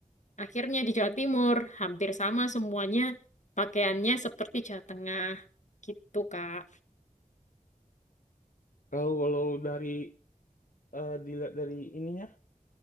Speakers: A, on the left (about 65°); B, on the left (about 80°).
A: Akhirnya di Jawa Timur hampir sama semuanya pakaiannya seperti Jawa Tengah gitu Kak.
B: Kalau kalau dari eh, dilihat dari ininya